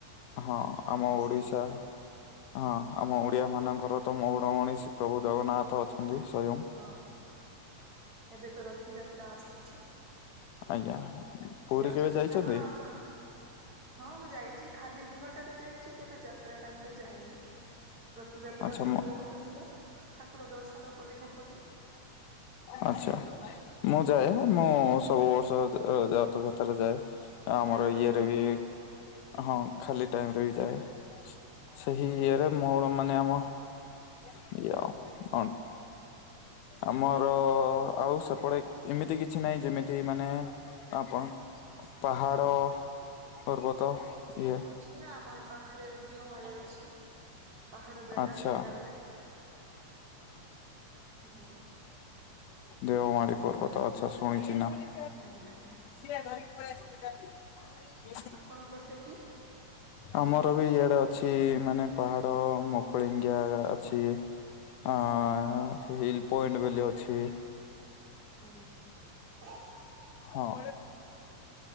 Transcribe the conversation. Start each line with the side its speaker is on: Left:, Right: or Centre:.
Left: ହଁ ଆମ
Right: ମଣିଷ
Left: ଓଡିଶା
Right: ହୁଏ।
Left: ହଁ
Right: ହୁଁ
Left: ଆମ ଓ ଓଡ଼ିଆ ମାନଙ୍କର ତ ମଉଡ଼ମଣି ଶି ପ୍ରଭୁ ଜଗନ୍ନାଥ ଅଛନ୍ତି ସ୍ବୟଂ।
Right: ହଁ ଏବେ ତ ରଥଯାତ୍ରା ଆସୁଛି।
Left: ଆଜ୍ଞା। ପୁରୀ
Right: ଯାଉଚନ୍ତି
Left: କେବେ ଯାଇଛନ୍ତି?
Right: ନା କଣ ଆପଣ ହଁ ମୁଁ ଯାଇଚି ଖାଲି ଦିନଟାରେ ଯାଇଚି କେବେ ଯା ଯାତ୍ରା ଟାଇମରେ ଯାଇନି। ରଥଯାତ୍ରାତ
Left: ଆଚ୍ଛା
Right: ବୋହୁତ୍ ଭିଡ଼ ଠାକୁର ଦର୍ଶନ କରିହବନି।
Left: ଆଛା। ମୁଁ ଯାଏ ମୁଁ ସବୁ ବର୍ଷ ଯା-ଆ-ରଥଯାତ୍ରା ଯାଏ। ଆମର
Right: ଭିଡ଼ ତ
Left: ଇଏରେ
Right: ବହୁତ
Left: ବି ହଁ ଖାଲି ଟାଇମରେ ବି ଯାଏ ସେହି ଇଏରେ ମୋର ମାନେ ଆମ ସେୟା ଆଉ କଣ ଆମର ଆଉ ସେପଟେ ଏମିତି କିଛି ନାହିଁ ଯେମିତି ମାନେ ଆପଣ ପାହାଡ
Right: ଆଜ୍ଞା।
Left: ପର୍ବତ ଇଏ
Right: ଅଛି ନା ଆମ ଏ ପାଖରେ ଦିଓମାଳି ଅଛି। ପାହାଡ଼ ଜାଗା
Left: ଆଚ୍ଛା
Right: ସେଇରା ଗୋଟେ ଆଜ୍ଞା।
Left: ଦେଓମାଳୀ ପର୍ବତ ଆଛା ଶୁଣିଚି ନା। ସିଏ
Right: ଆଜ୍ଞା ଆଜ୍ଞା
Left: ଧରିକି ପଳେଇ ସୁବିଧା
Right: ଆପଣଙ୍କର ସେଇଠି
Left: ଆମର ବି ଇଆଡେ ଅଛି ମାନେ ପାହାଡ ମକୁଳିଙ୍ଗିଆ ଅଛି। ହଁ
Right: ଆଜ୍ଞା
Left: ହିଲ୍ ପଏଣ୍ଟ ବୋଲି ଅଛି।
Right: ଆଜ୍ଞା। ଆଉ
Left: ହଁ